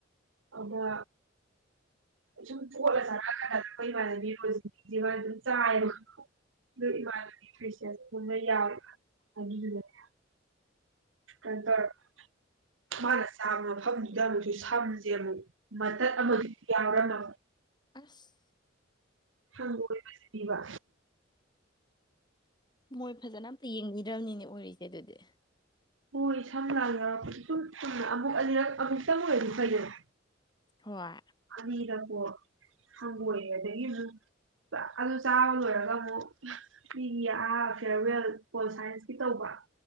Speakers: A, on the right; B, on the left.
A: ꯑꯃ ꯁꯨꯝ ꯇꯣꯠꯂ ꯆꯠꯔꯛꯑꯀꯥꯟꯗ ꯑꯩꯈꯣꯏ ꯏꯃꯥꯟꯅꯕꯤ ꯔꯣꯖꯤꯕꯤꯁꯦ ꯃꯥ ꯑꯗꯨꯝ ꯆꯥꯏꯌꯦꯕ ꯈꯪꯉꯕ ꯏꯃꯥꯟꯅꯕꯤ <inaudible> ꯌꯥꯎꯋꯦꯕ ꯑꯗꯨꯗꯨꯅꯅꯦ ꯀꯩꯅꯣꯇꯧꯔꯕ ꯃꯥꯅ ꯆꯥꯕ ꯃꯐꯝꯗꯨꯗ ꯑꯃꯨꯛꯁꯨ ꯁꯝꯁꯦ ꯑꯃꯨꯛ ꯃꯇꯠ ꯑꯃꯗꯤ ꯌꯥꯎꯔꯝꯃꯕ
B: ꯑꯁ
A: ꯍꯪꯒꯣꯏꯕꯁꯤꯗꯤꯕ
B: ꯃꯣꯏ ꯐꯖꯅ ꯑꯝꯇ ꯌꯦꯡ ꯗ꯭ꯔꯝꯅꯤꯅꯦ ꯑꯣꯏꯔꯤꯁꯦ ꯑꯗꯨꯗꯤ
A: ꯍꯣꯏ ꯁꯝ ꯂꯥꯟ ꯌꯧꯔꯛꯄꯗꯨ ꯁꯨꯝ ꯆꯨꯝꯅ ꯑꯃꯨꯛ ꯑꯅꯤꯔꯛ ꯑꯃꯨꯛꯇꯪ ꯑꯣꯏꯗꯤ ꯐꯩꯗꯅ
B: ꯍꯣꯏ
A: ꯑꯅꯤꯔꯛꯄꯣ ꯍꯪꯒꯣꯏꯔꯦ ꯑꯗꯒꯤ ꯑꯃꯨꯛ ꯑꯗꯨ ꯆꯥꯕ ꯂꯣꯏꯔꯒ ꯑꯃꯨꯛ ꯃꯤꯒꯤ ꯑꯥ ꯐꯤꯔꯋꯦꯜ ꯄꯣꯜ ꯁꯥꯏꯟꯁꯀꯤ ꯇꯧꯕ